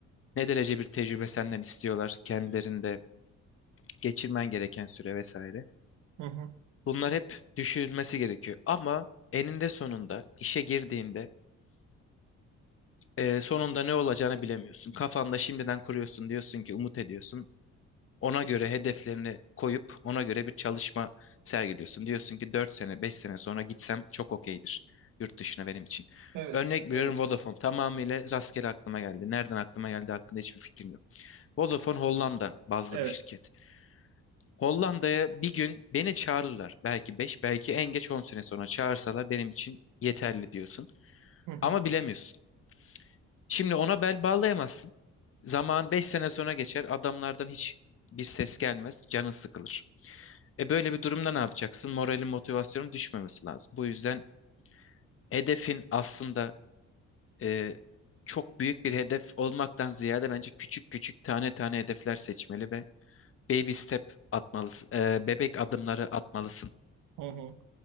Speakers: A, on the left; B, on the right.
A: Ne derece bir tecrübe senden istiyorlar kendilerinde geçirmen gereken süre vesaire.
B: Hı hı.
A: Bunlar hep düşünülmesi gerekiyor. Ama eninde sonunda işe girdiğinde Ee, sonunda ne olacağını bilemiyorsun. Kafanda şimdiden kuruyorsun diyorsun ki umut ediyorsun. Ona göre hedeflerini koyup ona göre bir çalışma sergiliyorsun. Diyorsun ki 4 sene 5 sene sonra gitsem çok okeydir yurt dışına benim için.
B: Evet,
A: Örnek
B: evet.
A: veriyorum Vodafone tamamıyla rastgele aklıma geldi. Nereden aklıma geldi hakkında hiçbir fikrim yok. Vodafone Hollanda bazlı
B: Evet.
A: bir şirket. Hollanda'ya bir gün beni çağırırlar. Belki 5, belki en geç 10 sene sonra çağırsalar benim için yeterli diyorsun.
B: Hı hı.
A: Ama bilemiyorsun. Şimdi ona bel bağlayamazsın. Zaman 5 sene sonra geçer. Adamlardan hiç bir ses gelmez. Canın sıkılır. E böyle bir durumda ne yapacaksın? Moralin, motivasyonun düşmemesi lazım. Bu yüzden hedefin aslında e, çok büyük bir hedef olmaktan ziyade bence küçük küçük tane tane hedefler seçmeli ve baby step atmalısın. E, bebek adımları atmalısın.
B: Hı hı.